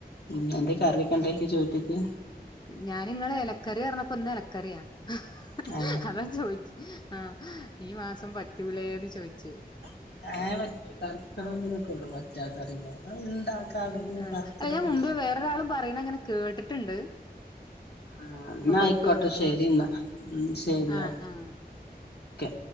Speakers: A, on the left; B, on the left.
A: ഉം എന്തെ കറിയൊക്കെണ്ടക്കി ചോറ്റ് ക്ക്...
B: ഞാനിങ്ങളെലക്കറിയറഞ്ഞപ്പോ ഇന്നെലക്കറിയാ.. ഹഹഹ
A: ആ
B: അതാ ചോയിച് ആ ഈ മാസം പറ്റൂലേന്ന് ചോയ്ച്ച്...
A: <unintelligible>
B: അ
A: ഇങ്ങനെ
B: അ <unintelligible>
A: കർക്കിടക
B: ഞാൻ മുമ്പേ വേറൊരാളും പറയുന്നങ്ങനെ കേട്ടിട്ടുണ്ട്..
A: ആ ഇന്നായിക്കോട്ടെ
B: ഇപ്പൊ പറ്റോന്ന്
A: ശരി
B: ആഹ്
A: ഇന്നാ ഉം ശരിയോ
B: ആഹ് ആഹ്
A: ക്കെ..